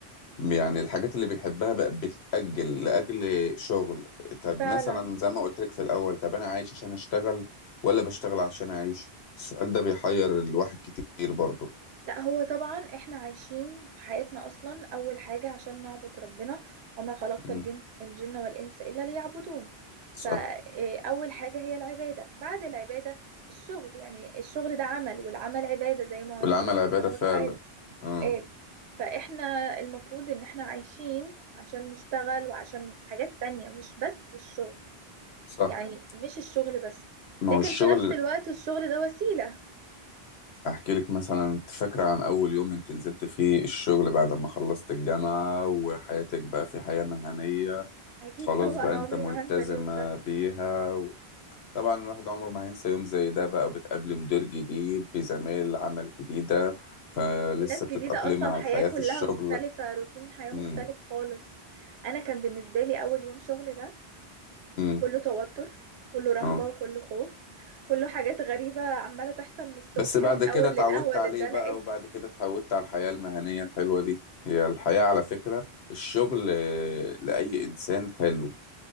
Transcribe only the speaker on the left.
يعني الحاجات اللي بيحبها بقت بتتأجل لأجل شغل طب
مثلا زي ما قلت لك في الأول طب أنا عايش عشان أشتغل ولا بشتغل عشان أعيش السؤال ده بيحير الواحد كتير برضه
مم.
صح
والعمل
عبادة
فعلا
مم.
صح
ما
هو الشغل
أحكي لك مثلا أنت فاكرة عن أول يوم أنت نزلت فيه الشغل بعد ما خلصت الجامعة وحياتك بقى في حياة مهنية
خلاص
بقى أنت
ملتزمة
بيها طبعا الواحد عمره ما هينسى يوم زي ده بقى وبتقابلي مدير جديد بزمايل عمل جديدة فلسه
بتتأقلمي
على
الحياة
في الشغل
امم
امم
اه
بس بعد
كده
اتعودت عليه
بقى وبعد كده اتعودت على الحياة المهنية الحلوة دي هي الحياة على فكرة الشغل آه، لأي إنسان حلو